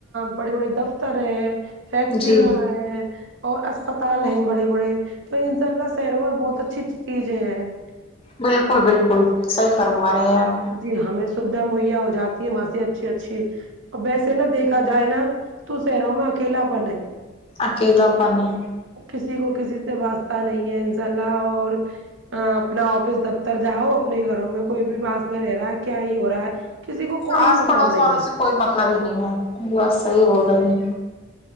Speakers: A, on the right; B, on the left.
A: بڑے بڑے دفتر ہیں فیکٹریاں
B: جی
A: ہیں اور اسپتال ہیں بڑے بڑے تو انشاء اللہ شہروں میں بہت اچھی اچھی چیز ہیں
B: بالکل بالکل صحیح فرما رہے ہیں آپ
A: جی ہمیں سویدھا مہیا ہو جاتی ہے وہاں سے اچھی اچھی ا ویسے نا دیکھا جائے نا تو شہروں میں اکیلاپن ہے
B: اکیلا پن ہے
A: کسی کو کسی سے واسطہ نہیں ہے انشاء اللہ اور اپنا آفس دفتر جاؤ اپنے گھروں میں کوئی بھی پاس میں رہ رہا ہے کیا ہی ہو رہا ہے کسی کو کوئی
B: آس
A: ہی مطلب
B: پڑوس
A: نہیں
B: والوں سے کوئی مطلب ہی نہیں ہے بس
A: ہے
B: صحیح بول رہی ہیں